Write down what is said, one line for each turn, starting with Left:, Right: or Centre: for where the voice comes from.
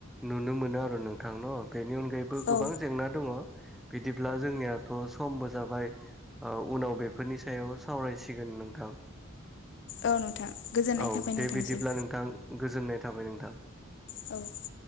Centre: नुनो मोनो आरो नोंथां न' बेनि अनगायै बो गोबां
Left: औ
Centre: जेंना दङ बिदिब्ला जोंनियाथ' समबो जाबाय। ओ उनाव बेफोरनि सायाव सावरायसिगोन नोंथां।
Left: औ नोंथां। गोजोननाय
Centre: औ
Left: थाबाय
Centre: दे
Left: नोंथांसिम
Centre: बिदिब्ला नोंथां गोजोननाय थाबाय नोंथां।
Left: औ